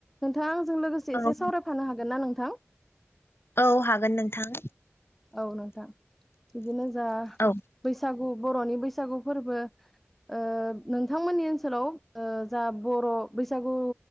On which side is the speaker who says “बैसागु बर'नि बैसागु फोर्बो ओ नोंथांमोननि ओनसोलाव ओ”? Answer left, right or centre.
Centre